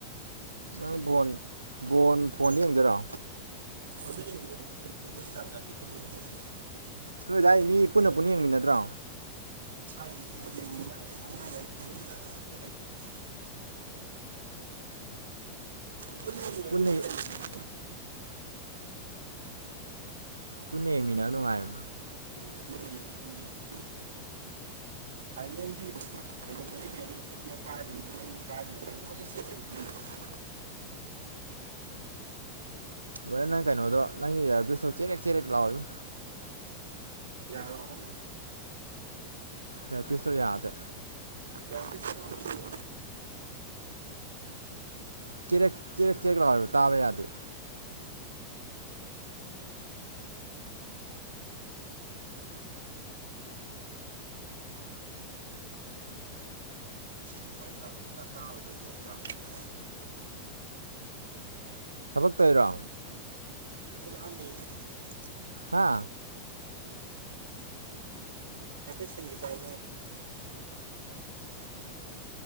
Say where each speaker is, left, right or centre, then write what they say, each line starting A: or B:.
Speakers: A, on the right; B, on the right.
A: ꯅꯪ ꯕꯣꯟ ꯕꯣꯟ ꯐꯣꯟꯗ ꯌꯦꯡꯗꯣꯏꯔꯣ
B: ꯍꯣꯏꯗ ꯌꯦꯡꯗꯣꯏꯅꯤ <unintelligible>
A: ꯅꯣꯏꯗꯥꯏ ꯃꯤ ꯄꯨꯟꯅ ꯄꯨꯟꯅ ꯌꯦꯡꯃꯤꯟꯅꯠꯗ꯭ꯔꯣ
B: <unintelligible> ꯑꯗꯨꯝ ꯌꯦꯡꯉꯗꯤ
A: ꯄꯨꯟꯅ
B: ꯁꯤ ꯂꯩꯌꯦ
A: ꯄꯨꯟꯅ ꯌꯦꯡꯃꯤꯟꯅꯕ ꯅꯨꯡꯉꯥꯏꯝ
B: ꯎꯝ ꯑꯗꯨ ꯂꯩꯌꯦ ꯑꯗꯨ ꯌꯦꯡꯉꯦ <unintelligible>
A: ꯕꯗꯔ ꯅꯪ ꯀꯩꯅꯣꯗꯣ ꯅꯪꯒꯤ ꯏꯌꯥꯔꯄꯤꯁꯇꯣ ꯆꯦꯔꯦꯛ ꯆꯦꯔꯦꯛ ꯂꯥꯎꯋꯦꯕꯣ
B: ꯌꯥꯔꯕ ꯑꯃꯨꯛ
A: ꯌꯦꯄꯤꯁꯣ ꯌꯥꯗꯦ
B: ꯀꯌꯥꯃꯨꯛꯀꯤ ꯆꯥꯃꯝꯁꯨ
A: ꯀꯤꯔꯦꯛ ꯆꯦꯔꯦꯛ ꯆꯦꯔꯦꯛ ꯂꯥꯎꯋꯦꯕ ꯇꯥꯕ ꯌꯥꯗꯦ
B: ꯉꯁꯤꯗꯣ ꯋꯥꯔꯤ ꯁꯥꯕ ꯁꯨꯡꯇꯥ ꯇꯥꯔꯣꯏꯗꯕ ꯅꯣꯡ ꯇꯥꯕꯅꯤꯅ
A: ꯊꯕꯛ ꯇꯩꯔꯣ
B: ꯑ <unintelligible>
A: ꯍꯥ
B: ꯁꯟꯒꯤ ꯆꯕ